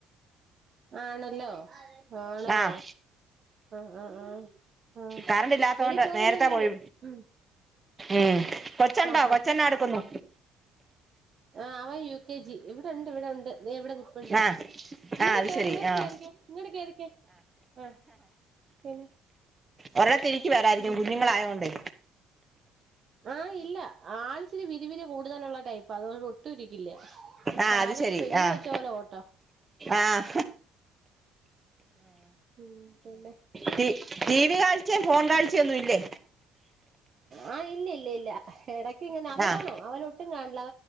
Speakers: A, on the right; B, on the right.
A: ആണല്ലോ ആണോ
B: ആഹ്
A: ആഹ് ആഹ് ആഹ് ആഹ്
B: കറണ്ട് ഇല്ലാത്തോണ്ട്
A: വെളീ പോവല്ലേ
B: നേരത്തെ
A: വീഴും
B: പോയി
A: ഉം
B: ഉം കൊച്ചൊണ്ടോ
A: ആഹ് ഹാ
B: കൊച്ചെന്നാടുക്കുന്നു
A: ആഹ് അവൻ യു കെ ജി ഇവിടെണ്ട് ഇവിടെ ഉണ്ട് ദേ ഇവിടെ നിപ്പുണ്ട്
B: ആഹ്
A: ഇങ്ങട്
B: ആഹ് അത്
A: കേറ്
B: ശെരി
A: ഇങ്ങട്
B: ആഹ്
A: കേറിക്കെ ഇങ്ങട് കേറിക്കെ ആഹ് പിന്നെ
B: ഒരു ഇടത്ത് ഇരിക്കുവേലായിരിക്കും
A: ഉം
B: കുഞ്ഞുങ്ങളായതുകൊണ്ടേ
A: ആഹ് ഇല്ല ആൾ ഇച്ചിരി വിരിവിരി കൂടുതലുള്ള ടൈപ്പ് അതുകൊണ്ട് ഒട്ടും ഇരിക്കില്ല
B: ആഹ്
A: കാല്
B: അത് ശെരി
A: സ്പ്രിംഗ്
B: ആഹ്
A: വെച്ച പോലെ ഓട്ടം
B: ആഹ്
A: ഉം പിന്നെ
B: ടി ടി വി കാഴ്ച്ചെ ഫോൺ കാഴ്ച്ചെ ഒന്നുല്ലേ
A: ആഹ് ഇല്ല ഇല്ല ഇല്ല ഇടക്ക് ഇങ്ങനെ അവനാണോ
B: ആഹ്
A: അവനൊട്ടും കാണില്ല